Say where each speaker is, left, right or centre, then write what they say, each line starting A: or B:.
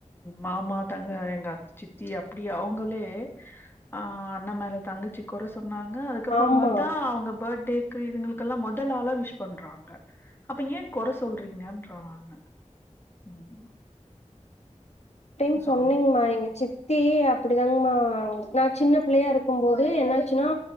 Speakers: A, on the left (about 20°); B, on the left (about 60°).
A: மாமா தங்க எங்க சித்தி அப்டியே அவங்களே அ அண்ண மேல தங்கச்சி கொற சொல் நாங்க அதுக்கப்புறோ
B: ஆமா.
A: பாத்தா அவங்க போட் டேக்கு இதுங்களுக்கெல்லா மொதல் ஆளா விஷ் பண்றாங்க அப்ப ஏ கொற சொல்றீங்கன்றாங்க ம்
B: டைம்
A: சொ
B: சொன்னீங்மா எங்க சித் தி அப்டிதாங்கமா நா சின்ன புள்ளயா இருக்கும்போது து என்னாச்சுன்னா